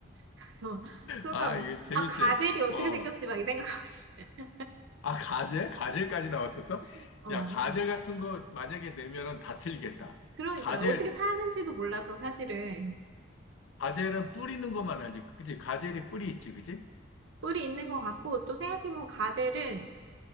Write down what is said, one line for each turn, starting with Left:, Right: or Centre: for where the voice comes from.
Right: 그래서 순간
Left: 아,
Right: 막,
Left: 이거 재밌지?
Right: 아, 가젤이 어떻게
Left: 어.
Right: 생겼지? 막 이 생각하고 있어요.
Left: 아, 가젤? 가젤까지 나왔었어?
Right: <laughs> 어,
Left: 야, 가젤 같은 거 만약에 내면은 다 틀리겠다.
Right: 그러니까요.
Left: 가젤
Right: 어떻게 사는지도 몰라서 사실은
Left: 가젤은 뿌리는 것만 알지. 그지? 가젤이 뿌리 있지, 그지?
Right: 뿌리 있는 것 같고 또 생각해보면 가젤은